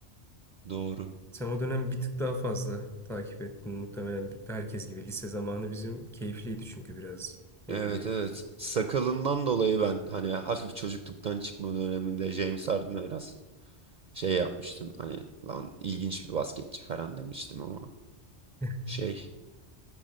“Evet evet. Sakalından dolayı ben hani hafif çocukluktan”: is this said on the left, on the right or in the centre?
Right